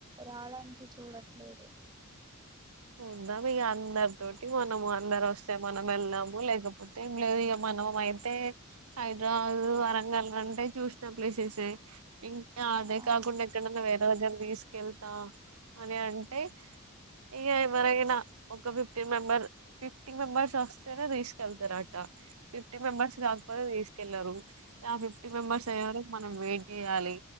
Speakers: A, on the right; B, on the right.
A: రావడానికి చూడట్లేదు
B: చూద్దాం ఇగ అందరి తోటి మనము అందరు వస్తే మనం వెళ్దాము లేకపోతే ఏం లేదు ఇక మనం అయితే హైదరాబాదు వరంగల్ అంటే చూసిన ప్లేసెసే ఇం ఇంకా అదే
A: ఆ
B: కాకుండా ఎక్కడన్నా వేరే దగ్గర తీసుకెళ్ కెళ్తా అని అంటే ఇక ఎవరైనా ఒక ఫిఫ్టీన్ మెంబర్ ఫిఫ్టీ మెంబెర్స్ వస్తేనే తీసుకెళ్తారట ఫిఫ్టీ మెంబెర్స్ రాకపోతే తీసుకెళ్లరు ఇక ఫిఫ్టీ మెంబర్స్ అయ్యే అరకు మనం వెయిట్ చేయాలి